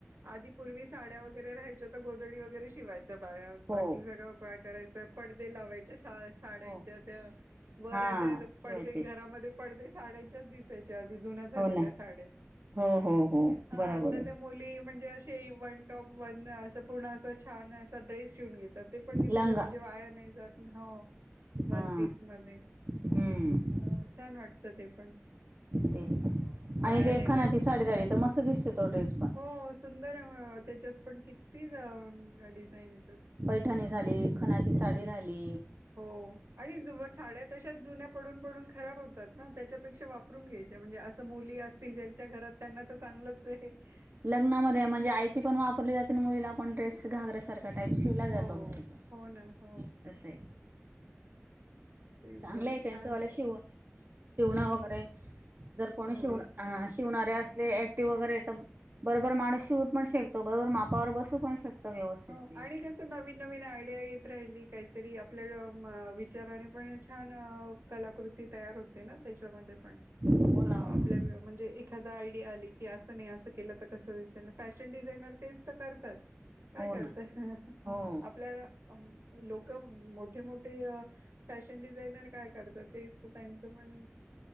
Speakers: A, on the right (about 70°); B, on the right (about 45°).
A: आधी पूर्वी साड्या वगैरे राहायच्या तर गोदडी वगैरे शिवायच्या बाया.
B: हो
A: बाकी सगळं काय करायचं, पडदे लावायचे, शाळाऽ साड्यांच्या
B: हो
A: त्या, वर
B: हा
A: अशे
B: शिवायचे
A: पडदे घरामध्ये, पडदे साड्यांच्याच दिसऽ दिसायच्या आधी, जुन्या झालेल्या
B: हो ना
A: साड्या,
B: हो हो हो बरोबर
A: आऽ
B: आहे
A: मुली म्हणजे अशे वन टप वन, अस पूर्ण अस छानऽ ड्रेस शिवून घेतात, ते पण किती
B: लंगा
A: म्हणजे वाया नाही जात, हो. वन
B: हा
A: पीस मध्ये,,
B: हम्म
A: अ छान वाटतं ते पण.
B: तेच ना, आणि
A: वाया
B: ते
A: नाही
B: खणाची
A: जात
B: साडी राहिली तर मस्त दिसते तो ड्रेस पन.
A: हो, सुंदर आहे त्याच्यात पण किती डिझाईन ये.
B: पैठणी झाली, खणाची साडी राहिली,
A: हो, आणि ज साड्यातऽ तशात जुन्या पडून पडून खराब होतात ना, त्याच्यापेक्षा वापरून घ्यायच्या, म्हणजे असं मुली असतील ज्यांच्या घरातऽ त्यांना तर चांगलंच आहे.
B: लग्नामध्ये
A: हं.
B: म्हणजे आईची पण वापरली जाते, आणि मुलीला आपण ड्रेस घागर्याा सारखा टाईप शिवाऽ वला
A: हो
B: जातो, होतते
A: हो ना हो
B: असय.
A: तेच
B: चांगले
A: जर
B: आहे
A: छान
B: त्यांच्यावाल
A: वाट-
B: शिवण शिवणं वगैरे जर कोणी
A: हो
B: शिवण ह शिवणारे असते ऍक्टिव्ह वगैरे तर बरोबर माणूस शिवू पण शेकतो बरोबर मापावर बसू पण शकतो व्यवस्थित
A: हो
B: ते
A: आणि कस नवीन नवीन आयडिया येत राहिली काहीतरी आपल्या विचाराने पण छान कलाकृती तयार हो तेना त्याच्यामध्ये पण
B: हो
A: हाव
B: ना हो
A: आपल्या
B: ना
A: म्हणजे एक एखादा आयडिया आली की आसं नाही आसं केलं त कसं दिसेल, फॅशन डिझायनर तेच त करतात. काय
B: हो
A: करता
B: ना हो
A: आपल्याला लोकं मोठे, मोठे अ. फॅशन डिझायनर काय करतात, ते त त्यांचं पण